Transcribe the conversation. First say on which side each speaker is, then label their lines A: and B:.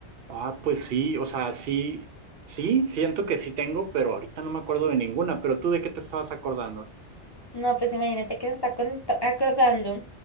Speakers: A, on the right (about 60°); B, on the left (about 30°).
A: Ah, pues sí, o sea, sí, sí, siento que sí tengo, pero ahorita no me acuerdo de ninguna, pero tú ¿de qué te estabas acordando?
B: No, pues imagínate que me está cont- acordando